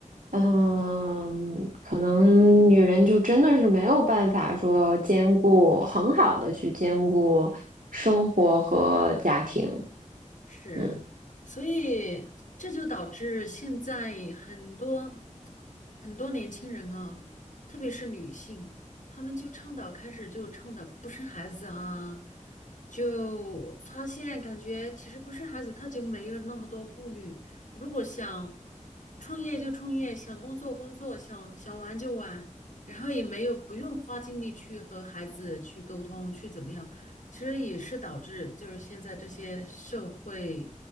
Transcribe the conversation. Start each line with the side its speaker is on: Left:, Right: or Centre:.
Right: 嗯，可能女人就真的是没有办法说兼顾很好的去兼顾生活和家庭。
Left: 是，
Right: 嗯。
Left: 所以这就导致现在很多很多年轻人啊，特别是女性，她们就倡导开始就倡导不生孩子啊，就发现感觉其实不生孩子，她就没有那么多顾虑。如果想创业就创业，想工作工作，想想玩就玩，然后也没有不用花精力去和孩子去沟通，去怎么样。其实也是导致就是现在这些社会